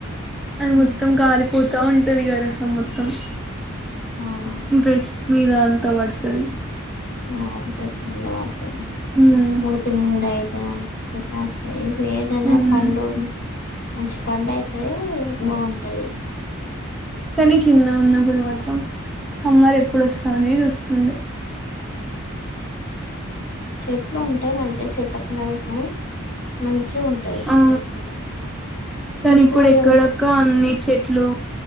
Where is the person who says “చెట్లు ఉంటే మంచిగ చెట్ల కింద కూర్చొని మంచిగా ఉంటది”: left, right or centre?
Left